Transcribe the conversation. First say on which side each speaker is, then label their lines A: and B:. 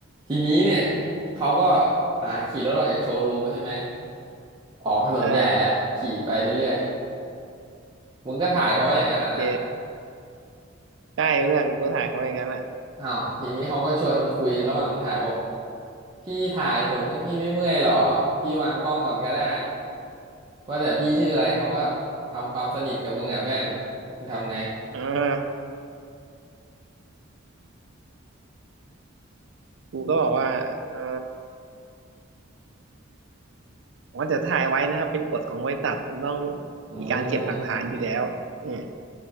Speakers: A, on the right (about 25°); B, on the right (about 65°).
A: ทีนี้เนี่ยเขาก็อ่าขี่รถออกจากโชว์รูมแล้วใช่ไหมออกถนนใหญ่แล้วขี่ไปเรื่อย
B: เออ
A: ๆมึงก็ถ่ายเขาไว้อย่างนั้นอ่ะนะ
B: โอเคใช่เพื่อนกูก็ถ่ายเขาไว้อย่างนั้นอ่ะ
A: อ้าวทีนี้เขาก็ชวนมึงคุยระหว่างมึงถ่ายบอกพี่ถ่ายผมเนี่ยพี่ไม่เมื่อยหรอพี่วางกล้องก่อนก็ได้ว่าแต่พี่ชื่ออะไรเขาก็ทำความสนิทกับมึงอ่ะเพื่อนมึงทำไง
B: อ่ากูก็บอกว่าเออว่าจะถ่ายไว้นะครับเป็นกฎของบริษัทมันต้อง
A: อื
B: มีการเก็บหลักฐานอยู่แล้วอืม
A: ม